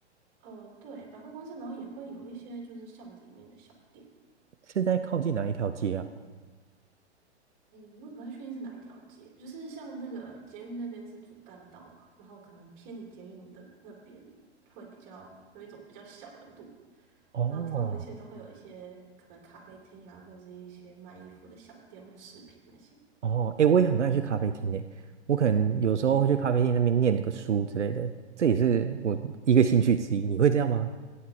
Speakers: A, on the right (about 35°); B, on the right (about 90°).
A: 呃，对，百货公司，然后也会有一些就是巷子里面的小店。
B: 是在靠近哪一条街啊？
A: 嗯，我也不太确定是哪一条街，就是像那个捷运那边是主干道嘛，然后可能偏离捷运的那边会比较有一种比较小的路，
B: 哦
A: 然后通常那些都会有一些可能咖啡厅啊，或者是一些卖衣服的小店或饰品那些，
B: 哦，诶，我也很爱去咖啡厅诶，我可能有时候会去咖啡厅那边念个书之类的，这也是我一个兴趣之一。你会这样吗？